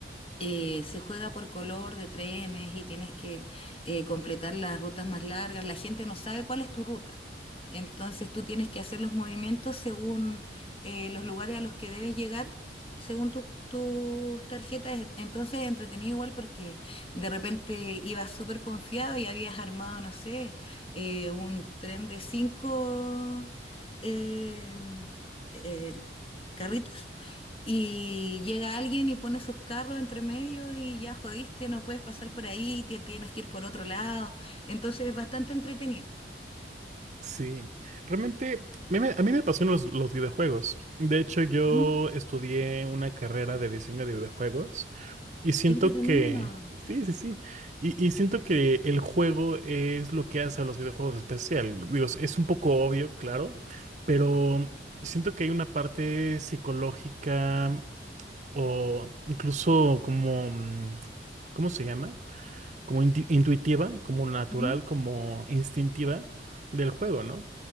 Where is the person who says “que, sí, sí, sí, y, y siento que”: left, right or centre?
Right